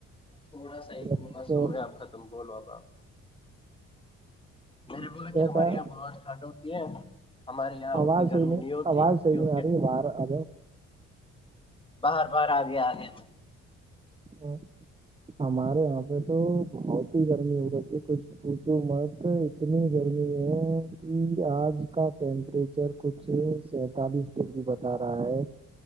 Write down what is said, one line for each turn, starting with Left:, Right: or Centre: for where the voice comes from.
Left: تھوڑا سا
Right: پورا
Left: ب
Right: چور
Left: س رہے آپ ختم بولو آب آپ میں نے بولا
Right: کیسا
Left: کہ ہمارے یہاں بہت ٹھنڈ ہوتی ہے ہمارے یہاں
Right: آواز
Left: اتنی گرمی
Right: ہے نہیں
Left: ہوتی
Right: آواز ہے
Left: کیونکہ
Right: نہیں رے وار ا
Left: باہر باہار آگیا آ گیا
Right: ا ہمارے یہاں پہ تو بہت ہی گرمی ہو رہتی ہے کچھ پوچو مرد اتنی گرمی ہے کہ آج کا ٹیمپریچر کچھ سینتالیس جی بتا رہا ہے